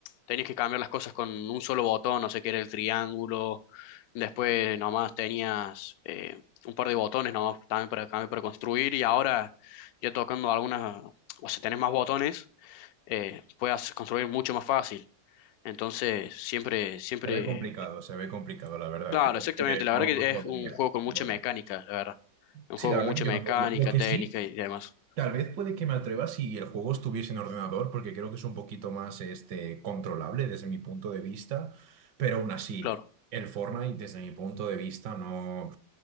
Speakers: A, on the left; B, on the right.
A: tenías que cambiar las cosas con un solo botón, no sé qué era el triángulo, después nomás tenías eh, un par de botones nomás también para cambiar, para construir, y ahora ya tocando algunas, o sea, tenés más botones, eh, puedes construir mucho más fácil. Entonces, siempre, siempre,
B: se ve complicado,
A: eh,
B: se ve complicado, la verdad.
A: claro,
B: Yo es
A: exactamente,
B: que
A: la
B: no,
A: verdad que
B: no podría.
A: es un juego con mucha
B: no podría.
A: mecánica, la verdad. Un
B: Sí,
A: juego
B: la verdad
A: con mucha
B: que yo
A: mecánica,
B: no podía. Lo que
A: técnica
B: sí,
A: y demás.
B: Tal vez puede que me atreva si el juego estuviese en ordenador, porque creo que es un poquito más este, controlable desde mi punto de vista, pero aún así,
A: Claro.
B: el Fortnite desde mi punto de vista no,